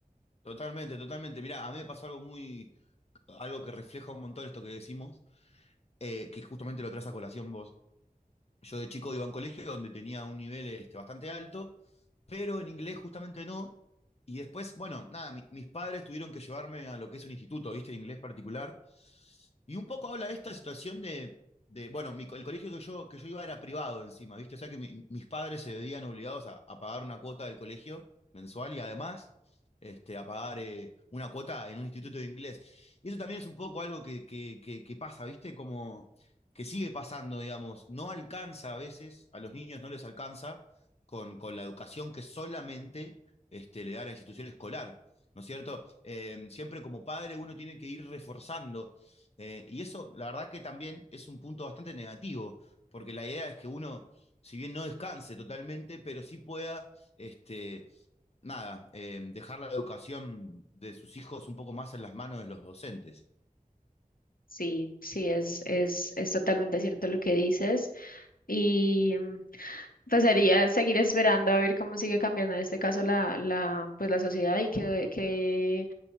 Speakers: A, on the left; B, on the left.
A: totalmente, totalmente. Mirá, a mí me pasó algo muy, algo que refleja un montón esto que decimos, eh, que justamente lo traes a colación vos. Yo de chico iba a un colegio donde tenía un nivel este, bastante alto, pero en inglés justamente no. Y después, bueno, nada, mi- mis padres tuvieron que llevarme a lo que es un instituto, ¿viste? De inglés particular. Y un poco habla de esta situación de, de bueno, mi co- el colegio que yo, que yo iba era privado encima, ¿viste? O sea que mi- mis padres se veían obligados a, a pagar una cuota del colegio mensual y además este, a pagar eh, una cuota en un instituto de inglés. Y eso también es un poco algo que, que, que, que pasa, ¿viste? Como que sigue pasando, digamos, no alcanza a veces, a los niños no les alcanza con, con la educación que solamente este, le da la institución escolar, ¿no es cierto? Eh, siempre como padre uno tiene que ir reforzando. Eh, y eso, la verdad que también es un punto bastante negativo, porque la idea es que uno, si bien no descanse totalmente, pero sí pueda, este, nada, eh, dejar la educación de sus hijos un poco más en las manos de los docentes.
B: Sí, sí, es, es, es totalmente cierto lo que dices. Y mm, pues sería seguir esperando a ver cómo sigue cambiando en este caso la, la, pues la sociedad y qué